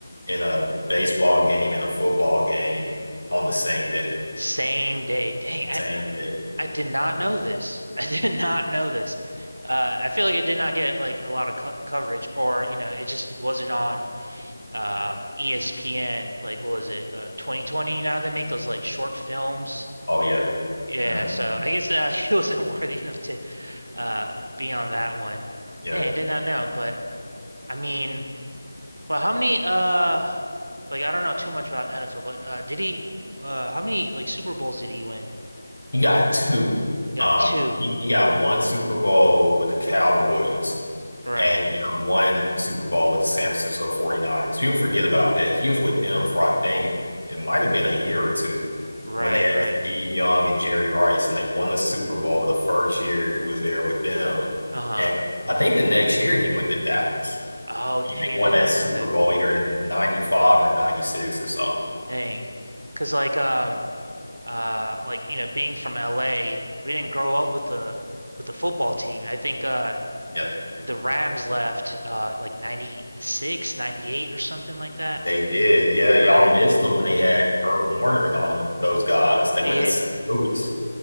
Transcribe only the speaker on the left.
in a baseball game and a football game on the same day.
Same day.
Oh yeah.
Mhm.
Yeah.
He got two.
Um,
he, he got one Super Bowl with the Cowboys,
and he got one Super Bowl with the San Francisco 49ers. People forget about that. He was with them for, I think, it might have been a year or two
when they had
Steve Young and Jerry Rice, and they won the Super Bowl the first year he was there with them.
And I think the next year he went to Dallas,
and they
won that
Super
Bowl either in 95 or 96 or something.
Yeah,
They did. Yeah, y'all
missed them when they had Kurt Warner and all them, those guys. They
went to St.
Louis.